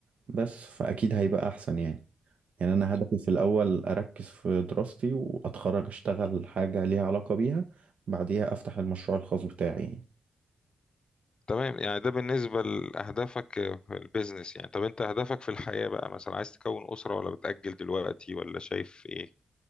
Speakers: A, on the right (about 70°); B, on the left (about 40°).
A: بس فاكيد هيبقى احسن يعني يعني انا هدفي في الاول اركز في دراستي واتخرج اشتغل حاجة ليها علاقة بيها بعديها افتح المشروع الخاص بتاعي يعني.
B: تمام يعني ده بالنسبة لأهدافك في البيزنس يعني طب انت أهدافك في الحياة بقى مثلا عايز تكون أسرة ولا بتأجل دلوقتي ولا شايف ايه